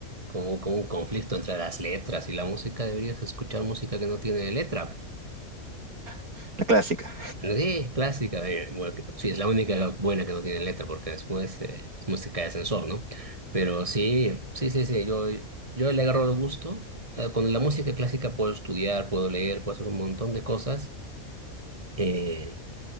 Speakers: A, on the right (about 25°); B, on the right (about 90°).
A: como, como un conflicto entre las letras y la música, deberías escuchar música que no tiene letra.
B: <laughs> La clásica.
A: Sí, clásica. eh, bueno, que- sí, es la única buena que no tiene letra porque después eh, es música de ascensor, ¿no? Pero sí, sí, sí, sí, yo, yo le agarro el gusto. Eh, Con la música clásica puedo estudiar, puedo leer, puedo hacer un montón de cosas eh,